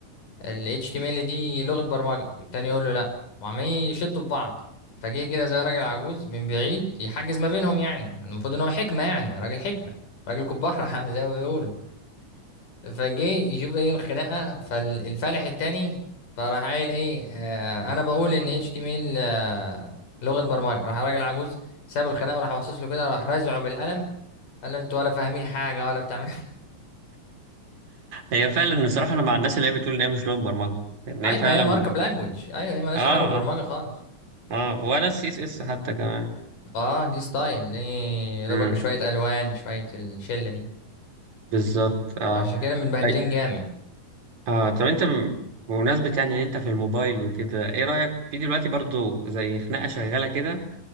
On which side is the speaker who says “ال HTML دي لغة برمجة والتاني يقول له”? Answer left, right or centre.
Left